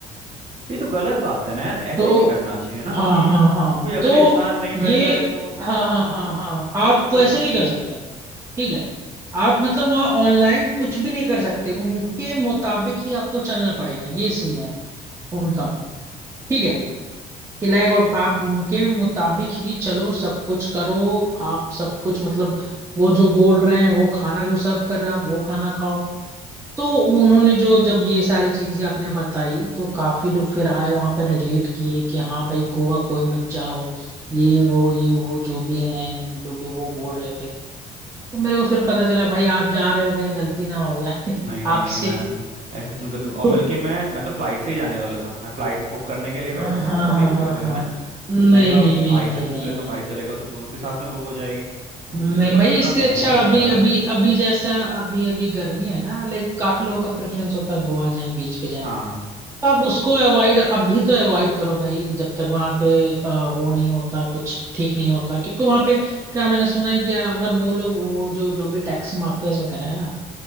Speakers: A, on the right (about 40°); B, on the right (about 20°).
A: ये तो गलत बात है ना यार ऐसे
B: तो
A: नहीं करना चाहिए ना
B: हाँ
A: कि
B: हाँ हाँ
A: कोई अगर
B: तो
A: इंसान नहीं बैठ
B: ये
A: रहा है तो
B: हाँ हाँ हाँ हाँ
A: ऐसा
B: आप
A: थोड़ी
B: वैसे
A: होता
B: नहीं कर सकते ठीक है आप मतलब वहाँ ऑनलाइन कुछ भी नहीं कर सकते उनके मुताबिक ही आपको चलना पड़ेगा ये सीन है उनका ठीक है कि लाइक आप आप उनके मुताबिक ही चलो सब कुछ करो आप सब कुछ मतलब वो जो बोल रहे हैं वो खाना जो सर्व कर रहा है वो खाना खाओ तो उन्होंने जो जब ये सारी चीजें आपने बताई तो काफी लोग फिर आए वहां पर रिलेट किए कि हाँ भाई गोवा कोई मत जाओ ये वो ये वो जो भी हैं जो भी वो बोल रहे थे तो मेरे को फिर पता चला भाई आप जा रहे हो कहीं गलती ना हो जाए
A: नहीं
B: <laughs> आपसे
A: नहीं नहीं मैं ऐसे सुनकर तुम और
B: तो
A: बल्कि मैं मैं तो फ्लाइट से ही जाने वाला था मैं फ्लाइट बुक करने के लिए बैठा
B: हाँ
A: हुआ
B: हाँ
A: था अभी
B: हाँ
A: थोड़ी देर
B: हाँ
A: में
B: नहीं
A: मैंने कहा
B: नहीं नहीं
A: भाई
B: भाई
A: से पूछ
B: नहीं
A: लेता
B: नहीं
A: हूँ भाई चलेगा तो दोनों के साथ में बुक हो जाएगी अब
B: नहीं
A: मुझे पता
B: भाई
A: चला
B: इससे
A: मैं
B: अच्छा
A: नहीं जाऊंगा
B: अभी
A: यार
B: अभी अभी जैसा अभी अभी गर्मी है ना लाइक काफी लोगों का प्रेफरेंस होता है गोवा जाए बीच पे जाए
A: हाँ
B: तो आप उसको अवॉइड अभी तो अवॉइड करो भाई जब तक वहां पे अ, वो नहीं होता कुछ ठीक नहीं होता क्योंकि वहां पे क्या मैंने सुना है कि अगर वो लोग वो जो जो भी टैक्सी माफियाज वगैरह है ना